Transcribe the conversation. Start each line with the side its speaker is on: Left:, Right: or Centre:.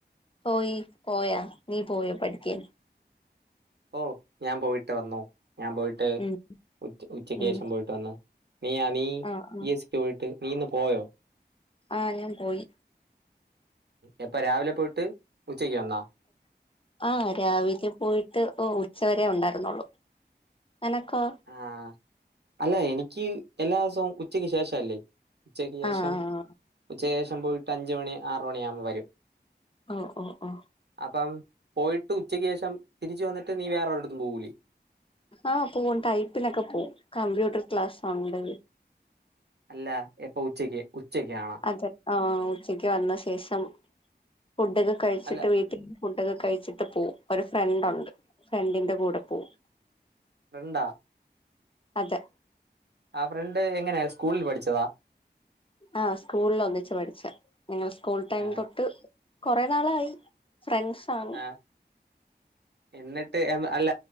Left: പോയി പോയാ നീ പോയോ പഠിക്കൻ
Right: ഓ ഞാൻ പോയിട്ട് വന്ന് ഞാൻ പോയിട്ട്
Left: ഉം
Right: ഉ ഉച്ചക്ക്
Left: ഉം
Right: ശേഷം പോയിട്ട് വന്നു നീ ആ നീ
Left: ആഹ്
Right: പി
Left: ആഹ്
Right: എ സിക്ക് പോയിട്ട് നീ ഇന്ന് പോയോ
Left: ആഹ ഞാൻ പോയി
Right: എപ്പ രാവിലെ പോയിട്ട് ഉച്ചക്ക് വന്നാ
Left: ആഹ രാവിലെ പോയിട്ട് ഉച്ചവരെ ഉണ്ടായിരുന്നുള്ളു അനക്കോ
Right: ആഹ അല്ല എനിക്ക് എല്ലാ ദിവസവും ഉച്ചക്ക് ശേഷംല്ലേ ഉച്ചയ്ക്ക് ശേഷം
Left: ആഹ്
Right: ഉച്ചയ്ക്ക് ശേഷം പോയിട്ട് അഞ്ച് മണി ആറ് മണി ആകുമ്പോ വരും
Left: ഓ ഓ ഓ
Right: അപ്പം പോയിട്ട് ഉച്ചയ്ക്ക് ശേഷം തിരിച്ച വന്നിട്ട് നീ വേറെ വേറേഒരിടത്തും പോവൂലേ
Left: ആഹ പോകും ടൈപ്പിനൊക്കെ പോകും കമ്പ്യൂട്ടർ ക്ലാസ്സ് ഉണ്ട്
Right: അല്ല എപ്പൊ ഉച്ചക്ക് ഉച്ചക്ക് ആണോ
Left: അതെ ആഹ ഉച്ചയ്ക്ക് വന്ന ശേഷം ഫുഡൊക്കെ കഴിച്ചിട്ട്
Right: അല്ല
Left: വീട്ടിൽ ഫുഡൊക്ക കഴിച്ചിട്ട് പോവും ഒരു ഫ്രണ്ട് ഉണ്ട് ഫ്രണ്ടിന്റെ കൂടെ പോകും
Right: ഫ്രണ്ടാ
Left: അതെ
Right: ആ ഫ്രണ്ട് എങ്ങനെയാ സ്കൂളിൽ പഠിച്ചതാ
Left: ആ സ്കൂളിൽ ഒന്നിച്ച് പഠിച്ച് ഞങ്ങള് സ്കൂൾ ടൈം
Right: ആ
Left: തൊട്ട് കൊറെ നാളായി ഫ്രൺസാണ്
Right: ആ എന്നിട്ട് അല്ല